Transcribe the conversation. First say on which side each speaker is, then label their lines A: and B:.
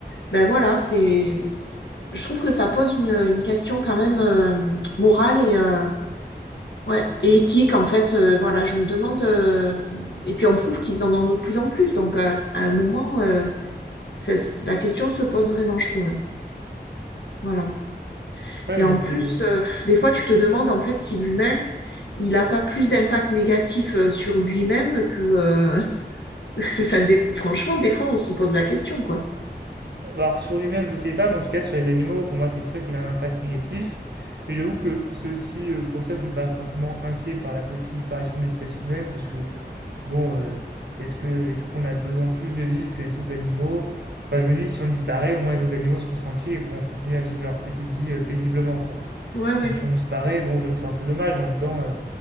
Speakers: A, on the left; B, on the right.
A: ben voilà, c'est je trouve que ça pose une, une question quand même euh, morale et, euh, ouais, et éthique, en fait. euh, voilà, je me demande. euh, et puis on prouve qu'ils en ont de plus en plus. Donc euh, à un moment, euh, ça- la question se pose vraiment, je trouve. hein. Voilà.
B: Ouais,
A: Et
B: non,
A: en
B: mais c'est...
A: plus, euh, des fois, tu te demandes en fait si l'humain, il n'a pas plus d'impact négatif euh, sur lui-même que. euh, <laughs> Enfin, des- franchement, des fois, on se pose la question, quoi.
B: Bah, Alors sur lui-même, je ne sais pas, mais en tout cas sur les animaux, pour moi c'est sûr qu'il a un impact négatif. Et j'avoue que c'est aussi euh, pour ça que je ne suis pas forcément inquiet par la possible disparition de l'espèce humaine, parce que bon, euh, est-ce que est-ce qu'on a besoin de plus de vivre que les autres animaux? Enfin, je me dis si on disparaît, au moins les autres animaux seront tranquilles et pourront continuer à vivre leur petite vie euh, paisiblement, quoi.
A: Ouais, ouais.
B: Donc si on disparaît, bon, j'avoue que c'est un peu dommage, mais en même temps, euh,